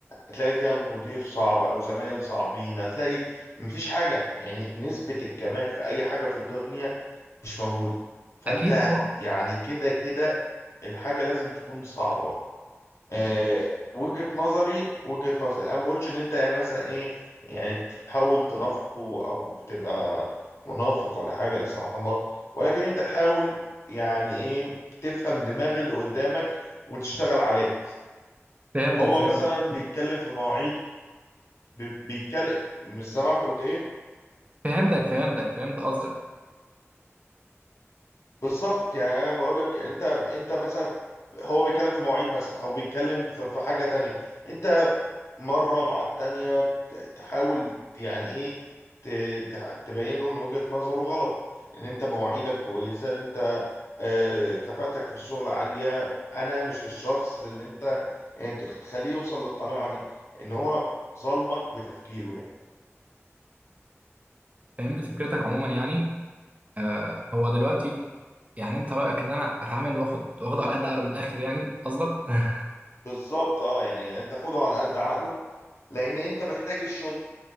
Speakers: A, on the left (about 70°); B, on the right (about 30°).
A: هتلاقي فيها مدير صعب او زمايل صعبين هتلاقي مفيش حاجه يعني نسبه الكمال في اي حاجه في الدنيا مش موجوده فانت
B: أكيد طبعا
A: يعني كده كده الحاجه لازم تكون صعبه آه، وجهة نظري وجهة نظري انا ما بقولش ان انت يعني مثلا ايه يعني تحاول تنافقه او تبقى منافق ولا حاجة لا سمح الله ولكن انت تحاول يعني ايه تفهم دماغ اللي قدامك وتشتغل عليه
B: فهمتك
A: هو
B: فهمت
A: مثلا بيتكلم في مواعيد بي- بيتكلم مش سامعك قلت ايه
B: فهمتك فهمتك فهمت قصدك
A: بالظبط يعني انا بقول لك يعني انت انت مثلا هو بيتكلم في مواعيد مثلا او بيتكلم في في حاجة تانية انت مرة مع التانية ت- تحاول يعني ايه ت- ت- تبين له ان وجهة نظره غلط ان انت مواعيدك كويسة ان انت آه، كفاءتك في الشغل عالية انا مش الشخص اللي انت يعني تخ- تخليه يوصل للقناعة دي ان هو ظلمك بتفكيره يعني
B: فهمت فكرتك عموما يعني أه هو دلوقتي يعني أنت رأيك إن أنا أتعامل وآخد واخد على قد عقله من الآخر يعني قصدك؟ <laughs>
A: بالظبط اه يعني انت خده على قد عقله لان انت محتاج الشغل